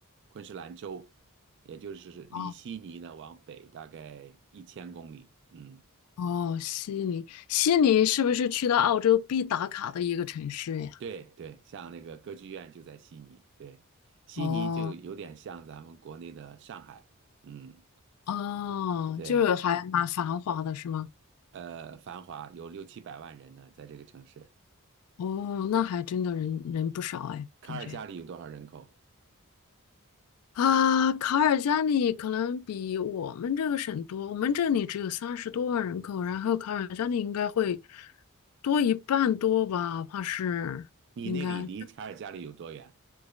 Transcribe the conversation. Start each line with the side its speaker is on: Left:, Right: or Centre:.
Right: 昆士兰州，也就是离悉尼呢往北大概一千公里，
Left: 哦
Right: 嗯。
Left: 哦，悉尼，悉尼是不是去到澳洲必打卡的一个城市呀？
Right: 对对，像那个歌剧院就在悉尼，对，悉尼就有点像咱们国内的上海，
Left: 哦
Right: 嗯，
Left: 哦，
Right: 对，
Left: 就是还蛮繁华的是吗？
Right: 呃，繁华有六七百万人呢，在这个城市。
Left: 哦，那还真的人人不少哎，
Right: 卡尔加里有多少人口？
Left: 感觉。啊，卡尔加里可能比我们这个省多，我们这里只有三十多万人口，然后卡尔加里应该会多一半多吧，怕是应该
Right: 你那里离卡尔加里有多远？